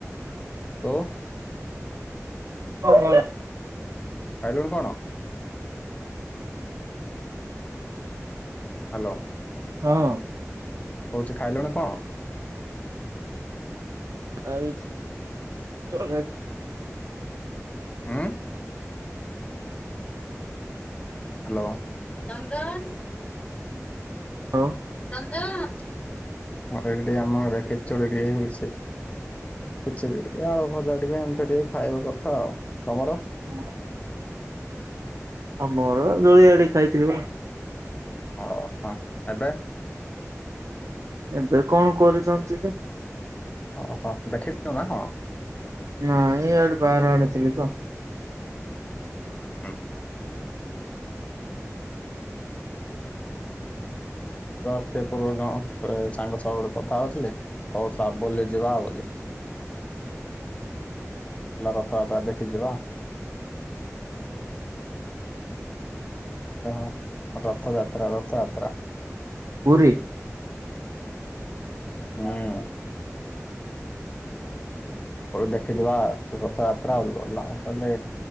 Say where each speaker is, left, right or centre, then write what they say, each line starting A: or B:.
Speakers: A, on the left (about 25°); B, on the right (about 70°).
A: ତୁ
B: <unintelligible>
A: ଖାଇଲୁଣି କଣ ହାଲୋ
B: ହଁ
A: କହୁଚି ଖାଇଲୁଣି କଣ
B: ଖାଇଚି <unintelligible>
A: ହୁଁ। ହାଲୋ ଚନ୍ଦନ
B: <unintelligible>
A: ଏବେ ଟିକେ ଆମ ଘରେ ଖେଚେଡ଼ି ହେଇଚି କିଛି ବି ଏଇ ଆଳୁ ଭଜା ଟିକେ ଏମତି ଟିକେ ଖାଇବା କଥା ଆଉ ତମର
B: <unintelligible> ମୋର <unintelligible> ଖାଇଥିଲି ବା
A: ଓ ହ ଏବେ
B: ଏବେ କଣ କରୁଛନ୍ତି
A: ଓହ ଦେଖିୁ ନା କଣ
B: ନା ଏଇଆଡେ ବାର ଆଡେ ଥିଲି ତ।
A: ଉଁ ହୁଁ ରସ୍ ପୂର୍ବଣ ସାଙ୍ଗ ସବୁ ଗୋଟେ କଥା ଅଥିଲେ କହୁଥିଲା ବୁଲି ଯିବା ବଲି ଥା ଥା ଦେଖି ଯିବା। ଓହ ରଥଯାତ୍ରା ରଥଯାତ୍ରା।
B: ପୁରୀ
A: ହୁଁ ଦେଖିିଜିବା ରଥଯାତ୍ରା ଆରି କହିଲେ